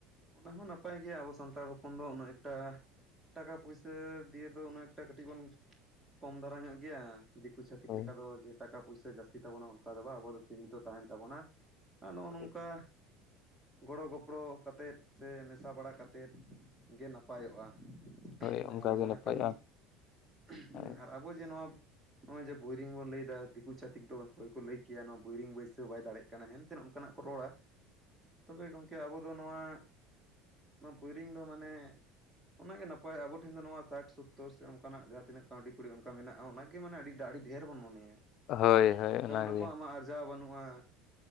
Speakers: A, in the centre; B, on the left.
A: ᱚᱱᱟ ᱦᱚᱸ ᱱᱟᱯᱟᱭ ᱜᱮᱭᱟ ᱟᱵᱚ ᱥᱟᱱᱛᱟᱲ ᱦᱚᱯᱚᱱ ᱫᱚ ᱩᱱᱟᱹᱜ ᱮᱠᱴᱟ ᱴᱟᱠᱟ ᱯᱩᱭᱥᱟᱹ ᱫᱤᱭᱮ ᱫᱚ ᱩᱱᱟᱹᱜ ᱮᱠᱴᱟ ᱠᱟᱹᱴᱤᱡ ᱵᱚᱱ ᱠᱚᱢ ᱫᱷᱟᱨᱟ ᱧᱚᱜ ᱜᱮᱭᱟ ᱫᱤᱠᱩ ᱪᱷᱟᱛᱤᱠ
B: ᱦᱳᱭ
A: ᱞᱮᱠᱟ ᱫᱚ ᱡᱮ ᱴᱟᱠᱟ ᱯᱩᱭᱥᱟᱹ ᱡᱟᱹᱥᱛᱤ ᱛᱟᱵᱚᱱᱟ ᱚᱱᱠᱟ ᱫᱚ ᱟᱵᱚ ᱫᱚ ᱥᱤᱢᱤᱛᱚ ᱛᱟᱦᱮᱱ ᱛᱟᱵᱚᱱᱟ ᱟ ᱱᱚᱜᱼᱚ
B: ᱦᱳᱭ
A: ᱱᱚᱝᱠᱟ ᱜᱚᱲᱚ ᱜᱚᱯᱲᱚ ᱠᱟᱛᱮᱫ ᱥᱮ ᱢᱮᱥᱟ ᱵᱟᱲᱟ ᱠᱟᱛᱮᱫ ᱜᱮ ᱱᱟᱯᱟᱭᱚᱜᱼᱟ <inaudible>
B: ᱦᱳᱭ
A: ᱢᱟᱱᱮ
B: ᱚᱱᱠᱟᱜᱮ
A: ᱟᱵᱚ ᱡᱟᱸᱦᱟ
B: ᱱᱟᱯᱟᱭᱚᱜᱼᱟ
A: ᱞᱮᱠᱟ <unintelligible>
B: ᱦᱳᱭ
A: ᱟᱨ <unintelligible> ᱟᱵᱚ ᱡᱮ ᱱᱚᱣᱟ ᱱᱚᱜᱼᱚᱭ ᱡᱮ ᱵᱳᱨᱤᱝ ᱵᱚᱱ ᱞᱟᱹᱭ-ᱫᱟ ᱫᱤᱠᱩ ᱪᱷᱟᱛᱤᱠ ᱫᱚ ᱦᱚᱭ ᱠᱚ ᱞᱟᱹᱭ ᱠᱮᱭᱟ ᱱᱚᱣᱟ ᱵᱳᱨᱤᱝ ᱵᱟᱹᱭ ᱪᱮᱫ ᱵᱟᱭ ᱫᱟᱲᱮᱜ ᱠᱟᱱᱟ ᱦᱮᱱ ᱛᱮ ᱚᱝᱠᱟ-ᱱᱟᱜ ᱠᱚ ᱨᱚᱲᱟ ᱛᱚᱵᱮ ᱜᱚᱢᱠᱮ ᱟᱵᱚ ᱫᱚ ᱱᱚᱣᱟ ᱱᱚᱣᱟ ᱵᱳᱭᱨᱤᱝ ᱫᱚ ᱢᱟᱱᱮ ᱚᱱᱟ ᱜᱮ ᱱᱟᱯᱟᱭ ᱟᱵᱚ ᱴᱷᱮᱱ ᱫᱚ ᱱᱚᱣᱟ ᱥᱟᱴ ᱥᱳᱛᱛᱳᱨ ᱥᱮ ᱚᱱᱠᱟᱱ-ᱟᱜ ᱡᱟᱦᱟᱸ ᱛᱤᱱᱟᱹᱜ ᱠᱟᱹᱣᱰᱤ ᱠᱩᱲᱤ ᱚᱱᱠᱟ ᱢᱮᱱᱟᱜᱼᱟ ᱚᱱᱟ ᱜᱮ ᱢᱟᱱᱮ ᱟᱹᱰᱤ ᱰᱷᱮᱨ ᱵᱚᱱ ᱢᱚᱱᱮᱭᱟ
B: ᱦᱳᱭ ᱦᱳᱭ ᱚᱱᱟᱜᱮ
A: ᱠᱟᱨᱚᱱ ᱟᱵᱚᱣ-ᱟᱜ ᱢᱟ ᱟᱨᱡᱟᱣ ᱵᱟᱹᱱᱩᱜᱼᱟ